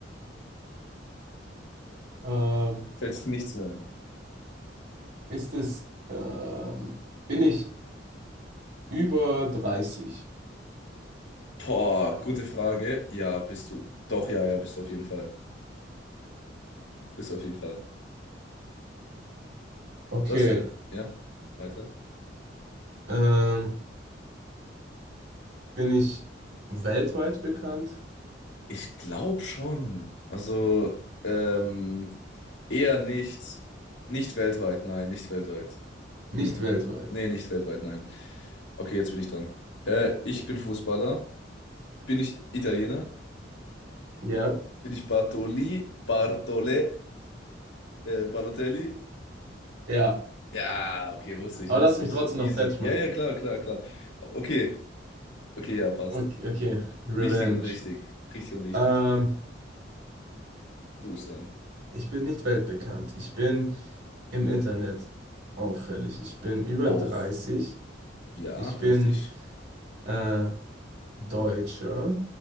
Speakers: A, on the right (about 65°); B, on the left (about 75°).
A: Ähm,
B: Fällt sich nichts mehr ein.
A: ist es, ähm, bin ich über 30?
B: Boah, gute Frage. Ja, bist du. Doch, ja, ja, bist du auf jeden Fall. Bist du auf jeden Fall.
A: Okay.
B: Du hast vielleicht. Ja, weiter.
A: Ähm, bin ich weltweit bekannt?
B: Ich glaube schon. Also, ähm, eher nicht. Nicht weltweit, nein, nicht weltweit.
A: Nicht
B: Mm.
A: weltweit.
B: Nee, nicht weltweit, nein. Okay, jetzt bin ich dran. Äh, ich bin Fußballer. Bin ich Italiener?
A: Ja.
B: Bin ich Bartoli, Bartole, äh, Balotelli?
A: Ja.
B: Ja, okay, wusste ich,
A: Aber
B: wusste
A: lass mich
B: ich.
A: trotzdem
B: Easy.
A: noch fertig
B: Ja,
A: machen.
B: ja, klar, klar, klar. Okay, okay, ja, passt.
A: Okay, okay. Revenge.
B: Wichtig und richtig. Richtig und wichtig.
A: Ähm,
B: Du bist dran.
A: ich bin nicht weltbekannt. Ich bin im Internet auffällig. Ich bin über
B: Auch.
A: 30.
B: Ja,
A: Ich bin
B: richtig.
A: äh, Deutscher.